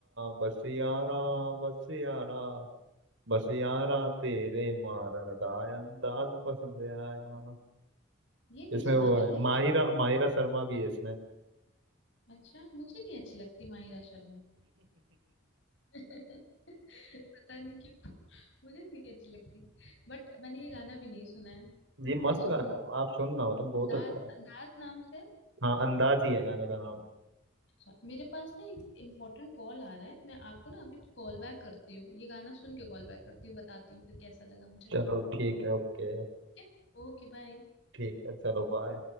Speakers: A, on the right; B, on the left.
A: ਬਸ ਯਾਰਾ ਬਸ ਯਾਰਾ ਬਸ ਯਾਰਾ ਤੇਰੇ ਮਾਰਨ ਦਾ ਅੰਦਾਜ਼ ਪਸੰਦ ਆਇਆ
B: ये नहीं
A: इसमें
B: सुना
A: वो
B: मैंने
A: है माहिरा माहिरा शर्मा भी है इसमें
B: अच्छा मुझे नहीं अच्छी लगती माहिरा शर्मा <laughs> पता नहीं क्यों मुझे नहीं अच्छी लगती बट मैंने ये गाना भी नहीं सुना है
A: <laughs> ये मस्त
B: मैं सुनूंगी
A: गाना है आप सुनना मतलब बहुत
B: अंदाज
A: अच्छा है
B: अंदाज नाम से
A: हाँ अंदाज ही है गाने का नाम
B: अच्छा, मेरे पास ना एक इम्पोर्टेंट कॉल आ रहा है मैं आपको ना अभी कॉल बैक करती हूँ ये गाना सुन के कॉल बैक करती हूँ बताती हूँ फिर कैसा लगा मुझे
A: चलो ठीक है ओके
B: ठीक है ओके बाय
A: ठीक है चलो बाय